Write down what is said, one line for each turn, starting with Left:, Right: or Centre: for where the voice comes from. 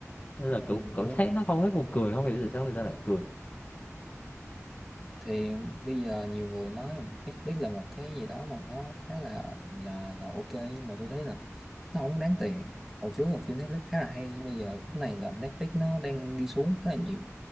Left: nên là kiểu
Centre: Ừ,
Left: cảm
Centre: đúng
Left: thấy
Centre: rồi.
Left: nó không hết buồn cười không hiểu tại sao người ta lại cười
Centre: Thì bây giờ nhiều người nói là Netflix là một cái gì đó mà nó khá là là là ok nhưng mà tôi thấy là nó không đáng tiền hồi trước là phim Netflix khá là hay nhưng bây giờ cái này là Netflix nó đang đi xuống khá là nhiều